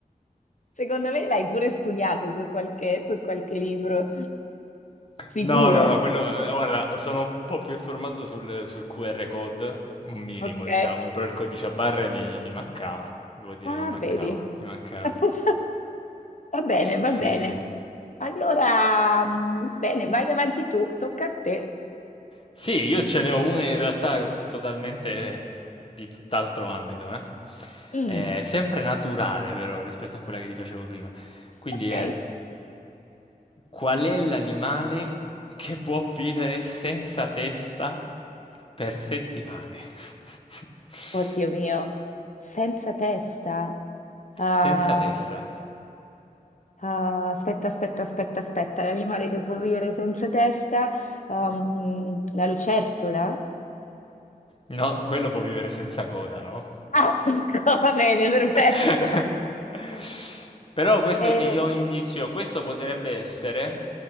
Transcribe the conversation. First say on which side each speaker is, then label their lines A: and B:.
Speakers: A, on the left; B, on the left.
A: Secondo me l'hai pure studiato su qualche, su qualche libro, sicuro,
B: No, no, no, quello, eh, guarda, sono un po' più informato sul, sul QR code, un minimo,
A: ok?
B: diciamo, però il codice a barre mi, mi mancava, devo dire,
A: Ah,
B: mi mancava,
A: vedi.
B: mi mancava.
A: <laughs> Va bene, va
B: Sì,
A: bene.
B: sì.
A: Allora, mm, bene, vai avanti tu, tocca a te.
B: Sì, io ce ne ho una in realtà totalmente di tutt'altro ambito, eh.
A: Mm,
B: È sempre naturale però rispetto a quella che ti facevo prima. Quindi
A: ok.
B: è qual è l'animale che può vivere senza testa per settimane? <laughs>
A: Oddio mio, senza testa. Ah,
B: Senza testa.
A: Ah, aspetta, aspetta, aspetta, aspetta, l'animale che può vivere senza testa, ehm, la lucertola?
B: No, quello può vivere senza coda, no?
A: Ah, <laughs> va bene, perfetto.
B: <laughs> Però questo
A: Eh,
B: ti do un indizio, questo potrebbe essere